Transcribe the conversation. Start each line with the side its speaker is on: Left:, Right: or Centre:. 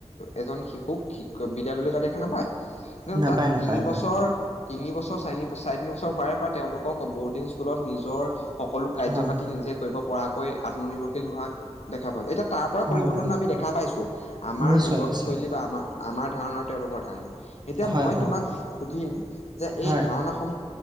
Left: এজন শিশুক বিদ্যালয়লৈ যোৱা দেখা নাপায়। কিন্তু
Right: নাপায়
Left: তাত
Right: নাপায়
Left: তিনি বছৰ।
Right: হয়,
Left: তিনি বছৰ চাৰ চাৰে তিনি বছৰ হোৱাৰ পৰা তেওঁলোকক বৰ্ডিং স্কুলত নিজৰ। সকলো কাৰ্য্য
Right: হয়,
Left: পাতি নিজে। কৰিব পৰাকৈ আত্মনিৰ্ভৰশীল হোৱা দেখা পোৱা যায়। এতিয়া তাৰ পৰা
Right: হয়
Left: পৰিৱৰ্তন
Right: হয়।
Left: আমি দেখা পাইছো। আমাৰ
Right: নিশ্চয়
Left: জীৱনশৈলী
Right: নিশ্চয়
Left: বা আমাৰ আমাৰ ধাৰণা আৰু তেওঁলোকৰ ধাৰণা। এতিয়া
Right: হয়
Left: মই
Right: হয়
Left: তোমাক সুধিম যে
Right: হয়
Left: এই ধাৰণা ল